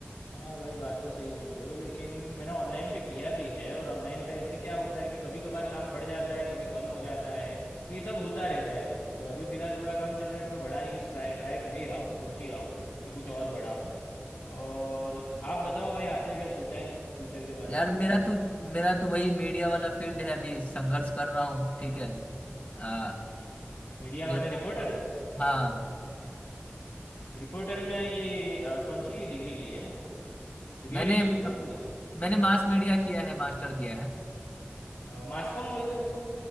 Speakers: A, on the left; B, on the left.
A: हाँ भाई बात तो सही बोल रहे हो लेकिन मैंने ऑनलाइन पे किया भी है और ऑनलाइन पे ऐसे क्या होता है कि कभी कभार काम बढ़ जाता है कभी कम हो जाता है ये सब होता रहता है भाई तो अभी फ़िलहाल थोड़ा कम चल रहा है तो मैं बढ़ाने की ट्राई ट्राई कर ही रहा हूँ सोच ही रहा हूँ कि कुछ और बढ़ाऊँ और आप बताओ भाई आपने क्या सोचा है फ्यूचर के बारे
B: यार
A: में
B: मेरा तो मेरा तो वही मीडिया वाला फील्ड है अभी संघर्ष कर रहा हूँ ठीक है आ,
A: मीडिया
B: देखो
A: माने रिपोर्टर
B: हाँ
A: रिपोर्टर में ये अ, कौन सी डिग्री ली है डिग्री
B: मैंने
A: लेनी पड़ती है ना कोई
B: मैंने मास मीडिया किया है मास्टर किया है
A: मास कॉम बोलते हैं उसको